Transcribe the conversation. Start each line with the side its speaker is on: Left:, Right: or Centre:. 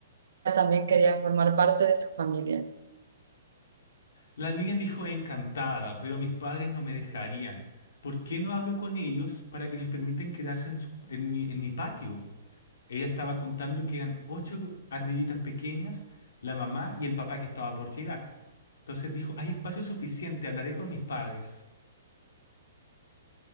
Right: también quería formar parte de su familia.
Left: La niña dijo encantada, pero mis padres no me dejarían. ¿Por qué no hablo con ellos para que les permitan quedarse en, su- en mi, en mi patio? Ella estaba contando que eran ocho ardillitas pequeñas, la mamá y el papá que estaba por llegar. Entonces dijo, hay espacio suficiente, hablaré con mis padres.